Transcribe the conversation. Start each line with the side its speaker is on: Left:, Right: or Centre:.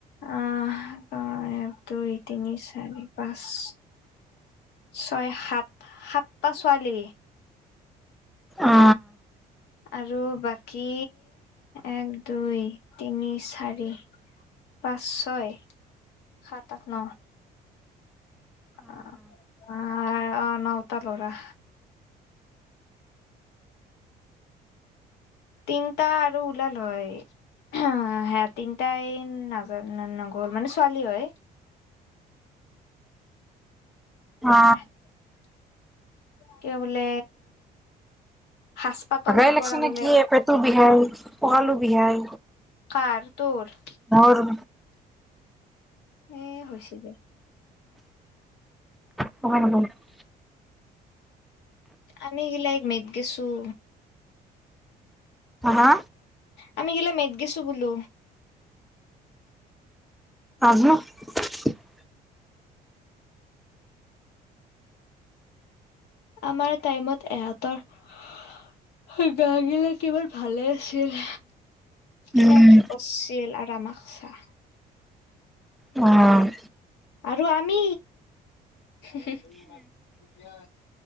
Left: আহ <unintelligible> এক, দুই, তিনি, চাৰি, পাঁচ। ছয় সাত, সাতটা ছোৱালী।
Centre: অ
Left: আৰু বাকী, এক, দুই, তিনি, চাৰি। পাঁচ, ছয়, সাত, আঠ, ন। অ', অ, অ, নৌতটা ল'ৰা। তিনটা আৰু ওলাল হয়। ইহঁত তিনটাই নাজান নগ'ল মানে ছোৱালী হয়।
Centre: অ
Left: <unintelligible> কিবা বোলে সাজ পাতলৰ
Centre: হাগাই লাগছি
Left: পৰা
Centre: নে
Left: বোলে
Centre: কিয়ে পেটটো বিহাই আৰু ককালো বিহাই।
Left: কাৰ তোৰ?
Centre: মোৰ।
Left: এ হৈছি দে।
Centre: গমে নাপাওঁ
Left: আমি গিলাই মেদ গেছো‍ঁ।
Centre: হা
Left: আমি গিলাই মেদ গিছোঁ বোলো।
Centre: <unintelligible>
Left: আমাৰ টাইমত এহঁতৰ গা গিলা কিমান ভালে আছিল। কিমান
Centre: উম
Left: কি কৰিছিল আৰু আমাক চাঁ।
Centre: অ'।
Left: আৰু আমি হঁ-হঁ